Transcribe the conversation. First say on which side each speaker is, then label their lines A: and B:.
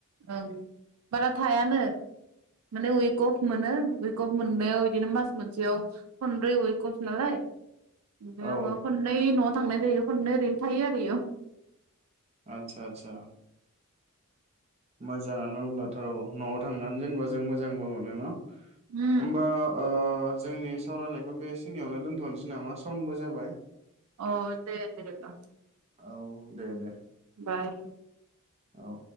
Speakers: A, on the right; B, on the right.
A: ओं बारा थायानो माने उइक अफ मोनो उइक अफ मोननायाव बिदिनो मास मोनसेयाव खनब्रै उइक अफ नालाय ओमफाय
B: औ
A: आङो खननै न'आव थांनाय जायो खननै ओरैनो थायो आरो इयाव
B: आतसा आतसा मोजाङानो अब्लाथ' न'आव थांनानै जेनबा जों मोजांबो मोनो होमबा
A: उम
B: ओ जोंनि सावरायनायखौ बे सिनियावनो दोन्थ'नोसै नामा समबो जाबाय
A: अ दे दे बा
B: औ दे दे
A: बाय
B: औ